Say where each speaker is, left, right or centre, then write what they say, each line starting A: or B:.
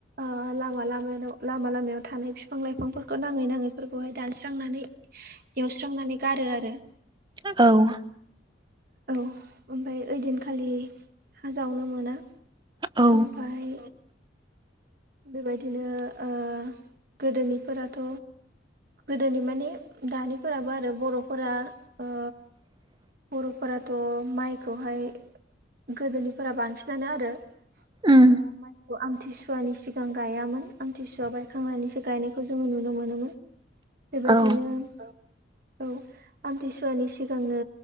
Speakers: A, on the right; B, on the right.
A: आ लामायाव -लामा लामायाव थानाय फिफां लाइफांफोरखौ नाङै नाङैफोरखौहाय दानस्रांनानै एवस्रांनानै गारो आरो।
B: औ
A: औ ओमफाय ओइदिनखालि हाजावनो मोना
B: औ
A: ओमफाय बेबायदिनो ओ गोदोनिफोराथ' गोदोनि माने दानिफोराबो आरो बर'फोरा
B: <inaudible>
A: ओ बर'फोराथ' माइखौहाय गोदोनिफोरा बांसिनानो आरो ओ
B: उम
A: मायखौ आमथिसुवानि सि सिगां गायामोन आमथिसुवा बायखांनानैसो गायनायखौ जोङो नुनो मोनोमोन। बेबायदिनो
B: औ
A: औ औ आमथिसुवानि सिगांनो